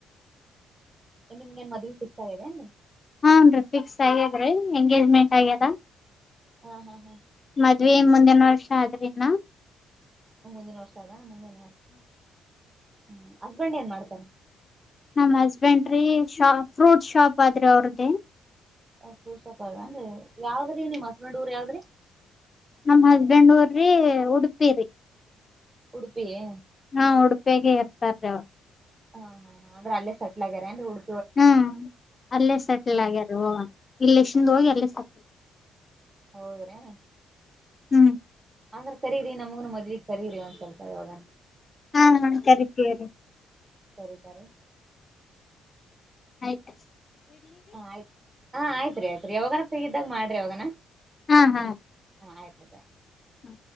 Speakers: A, on the right (about 25°); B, on the left (about 35°).
A: ಏನ್ ನಿಮ್ಗೇನ್ ಮದ್ವಿ ಫಿಕ್ಸ್ ಆಗಿದೆನ್
B: ಹಾನ್ರಿ ಫಿಕ್ಸ್ ಆಗ್ಯದ್ರೀ ಎಂಗೇಜ್ಮೆಂಟ್ ಆಗ್ಯದ
A: ಹಾ ಹಾ ಹಾ
B: ಮದ್ವೆ ಮುಂದಿನ ವರ್ಷ ಆದ್ರಿಿನ
A: ಹ ಮುಂದಿನವ ವರ್ಷ ಸಾವ ನಮ್ಮ ಮುಂದೆ ಯ ಹ್ಮ ಹಸ್ಬೆಂಡ್ ಏನ್ ಮಾಡ್ತಾರ
B: ನಮ ಹಸ್ಬೆಂಡ್ರಿ ಶಾ ಫ್ರೂಟ್ ಶಾಪ್ ಆದ್ರಿ ಅವ್ರ್ದೇ
A: ಫ್ರೂಟ್ ಶಾಪ್ ಅಂದ್ರ ಯಾವ್ರಿ ನಿಮ್ ಹಸ್ಬೆಂಡ್ ಊರ್ ಯಾವ್ದ್ರಿ
B: ನಮ ಹಸ್ಬೆಂಡ್ ಊರ್ರಿ ಉಡುಪಿ ರರಿ
A: ಉಡುಪಿಯೇ
B: ಹಾ ಉಡುಪೆಗೆ ಇರ್ತಾರೀ ಅವ್ರು
A: ಹಾ ಹಾ ಅ್ರ ಅಲ್ಲೇ ಸೆಟ್ ಆಗ್ಯಾರ ಅಂದ್ರೆ ಹಡು
B: ಹ್ಮ್ ಅಲ್ಲೇ ಸೆಟಲ್ ಆಗ್ಯಾರ ಇಲ್ಲ ಶಿಂದ ಹೋಗಿ ಅಲ್ಲ ಸಾಕ
A: ಹೌದ್ರೀ
B: ಹ್ಮ್
A: ಅಂದ್ರ ಕರೀರಿ ನಮಗನು ಮದವಿ ಗಿ ಕರೀರಿ ಒಂದ್ವಲ್ಪ ಇವಾಗ
B: ಹಾ ಹಾ ಕರಿತೀರಿ
A: ತರಕಾರೆ
B: ಆಯ್ತಾ
A: ಹ ಆಯ್ತತ್ ಹಾ ಆಯ್ತ್ರಿ ಆಯ್ತ್ರಿ ಯಾವಾಗ ಹ ಇದಾಗ ಮಾಡ್ರಿ ಅವಾಗನಾ
B: ಹ್ಮ ಹಾ
A: ಹಾ ಆಯ್ತ
B: ಹ್ಮ್